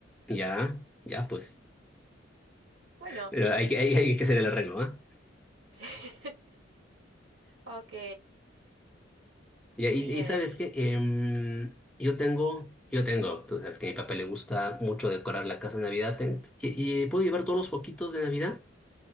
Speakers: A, in the centre; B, on the right.
A: Ya, ya pues.
B: Bueno,
A: Pero hay que, hay, hay que hacer el arreglo, ¿ah?
B: <laughs> sí. Ok,
A: Ya, Y,
B: bien.
A: y sabes qué, Em, yo tengo, yo tengo, tú sabes que a mi papá le gusta mucho decorar la casa de Navidad. ten- y, y puedo llevar todos los foquitos de Navidad.